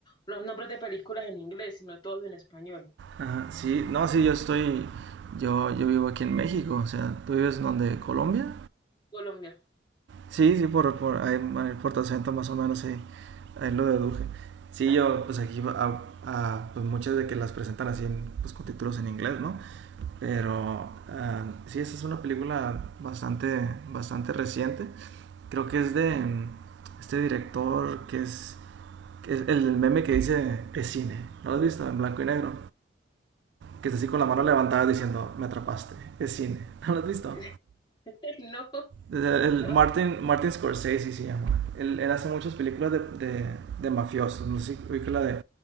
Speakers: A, on the left; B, on the right.
A: los nombres de películas en inglés, sino todos en español.
B: Ajá, sí, no, sí, yo estoy, yo, yo vivo aquí en México, o sea, ¿tú vives en donde? ¿Colombia?
A: Colombia,
B: Sí, sí, por, por, ahí, ahí por tu acento más o menos, sí, ahí lo deduje. Sí, yo, pues aquí, a, a- pues muchas de que las presentan así, en, pues con títulos en inglés, ¿no? Pero ah, sí, esa es una película bastante, bastante reciente. Creo que es de mm, este director que es, que es el meme que dice es cine, ¿no lo has visto? En blanco y negro. que está así con
A: no,
B: la mano levantada diciendo, me atrapaste. Es cine. <laughs> ¿No lo has visto?
A: <laughs> no,
B: El, el
A: no,
B: Martin, Martin Scorsese se llama. Él, él hace muchas películas de, de, de mafiosos. No sé oí que la de